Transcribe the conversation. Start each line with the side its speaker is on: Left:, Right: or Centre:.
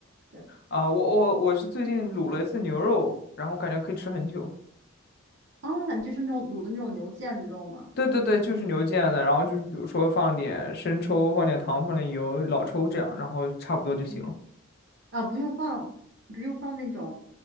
Right: 对，
Left: 啊、我我我是最近卤了一次牛肉，然后感觉可以吃很久。
Right: 啊，你就是那种卤的那种牛腱子肉吗？
Left: 对对对，就是牛腱的，然后就是比如说放点生抽，放点糖，放点油，老抽这样，然后差不多就行了。
Right: 嗯啊，不用放，不用放那种